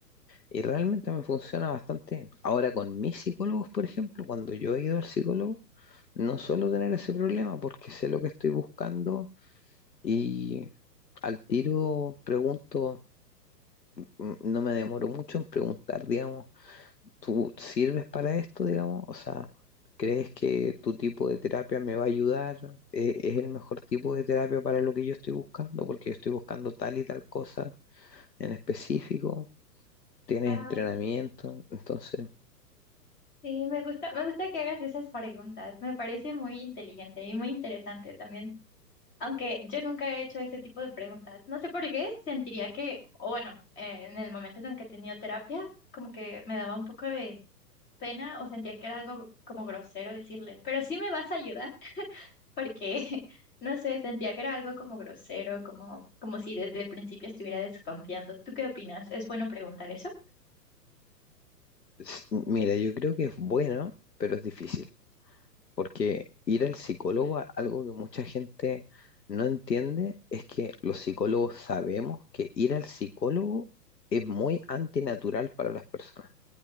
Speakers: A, on the left; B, on the left.
A: Y realmente me funciona bastante bien. Ahora con mis psicólogos, por ejemplo, cuando yo he ido al psicólogo, no suelo tener ese problema porque sé lo que estoy buscando y al tiro pregunto, mm, no me demoro mucho en preguntar, digamos, ¿Tú sirves para esto, digamos? O sea, ¿crees que tu tipo de terapia me va a ayudar? ¿E- ¿Es el mejor tipo de terapia para lo que yo estoy buscando? Porque yo estoy buscando tal y tal cosa en específico. ¿Tienes
B: Wow,
A: entrenamiento? Entonces,
B: sí, me gusta, me gusta que hagas esas preguntas, me parece muy inteligente y muy interesante también. Aunque yo nunca he hecho ese tipo de preguntas. No sé por qué, sentiría que, o bueno, eh, en el momento en el que he tenido terapia, como que me daba un poco de pena o sentía que era algo como grosero decirle, pero sí me vas a ayudar, <laughs> porque, no sé, sentía que era algo como grosero, como, como si desde el principio estuviera desconfiando. ¿Tú qué opinas? ¿Es bueno preguntar eso?
A: s- mira, yo creo que es bueno, pero es difícil. Porque ir al psicólogo, a- algo que mucha gente no entiende, es que los psicólogos sabemos que ir al psicólogo es muy antinatural para las personas.